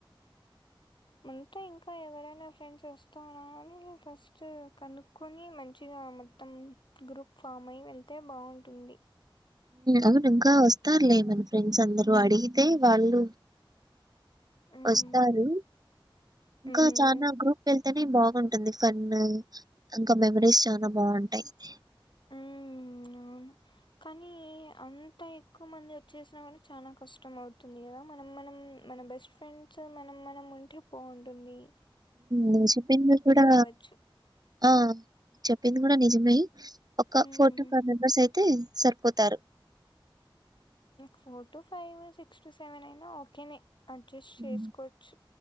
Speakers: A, on the left; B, on the right.
A: ముంత ఇంకా ఎవరైనా ఫ్రెండ్స్ వస్తారని ఫస్ట్ కనుక్కొని మంచిగా మొత్తం గ్రూప్ ఫామ్ అయి వెళ్తే బాగుంటుంది
B: అవును ఇంకా వస్తారులే మన ఫ్రెండ్స్ అందరుూ అడిగితే వాళ్ళు
A: మ్మ్.
B: వస్తారు ఇంకా
A: మ్మ్.
B: చనా గ్రూప్ వెళ్తేనే బాగుంటుంది ఫన్ ఇంకా మెమరీస్ చాల బాగుంటంది ఉంటాయి
A: అ అవును కానీ అంత ఎక్కువ మంది వచ్చేసినా కూడా చాలా కష్టం అవుతుంది కదా మనం మనం మన బెస్ట్ ఫ్రెండ్స్ మనం మనం ఉంటే పోగుంటుంది
B: నేను చెప్పింది కూడా
A: అవ్వచ్చు.
B: ఆ చెప్పింది కూడా నిజమే ఒక
A: హ్మ్.
B: ఫోర్ టు ఫైవ్ మెంబర్స్ అయితే సరిపోతారు
A: four to five six to seven అయినా ఓకేనే అడ్జస్ట్
B: హ్మ్.
A: చేసుకోవచ్చు